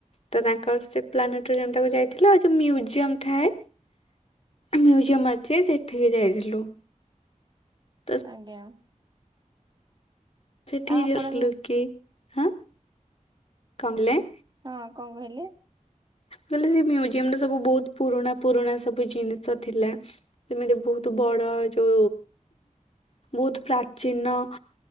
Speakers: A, on the left (about 50°); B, on the right (about 35°).
A: ତ ତାଙ୍କର୍ ସେ ପ୍ଲାନେଟୋରିୟମ୍ ଟାକୁ ଯାଇଥିଲ ଯଉ ମ୍ୟୁଜିୟମ୍ ଥାଏ ମ୍ୟୁଜିୟମ୍ ଅଛି ସେଇଠିକି ଯାଇଥିଲୁ ତ
B: ଆଜ୍ଞା
A: ସେଠି
B: ଆଉ ଆପଣ
A: ଅତ୍‌ଲୁ କି ହାଁ କଙ୍ଗ୍‌ଲେ
B: ହଁ କଣ୍ ଗହିଲେ
A: ବେଲେ ସେ ମ୍ୟୁଜିୟମ୍‌ରେ ସବୁ ବହୁତ୍ ପୁରୁଣା ପୁରୁଣା ସବୁ ଜିନିଷ ଥିଲା ଏମିତି ବହୁତ୍ ବଡ ଜୁ ବହୁତ୍ ପ୍ରାଚୀନ